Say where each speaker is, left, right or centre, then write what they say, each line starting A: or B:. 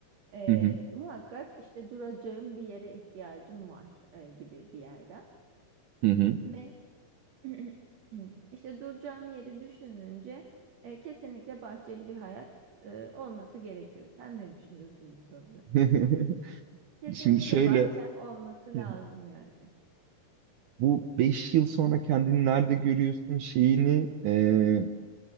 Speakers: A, on the right (about 50°); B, on the right (about 75°).
A: E,
B: Hı hı.
A: muhakkak işte duracağım bir yere ihtiyacım var e, gibi bir yerden.
B: Hı hı.
A: Ve <clears throat> işte duracağım yeri düşününce e, kesinlikle bahçeli bir hayat e, olması gerekiyor. Sen ne düşünüyorsun bu konuda?
B: <laughs>
A: Kesinlikle
B: Şimdi şöyle
A: bahçem olması lazım
B: Hı hı.
A: yani.
B: bu 5 yıl sonra kendini nerede görüyorsun şeyini e,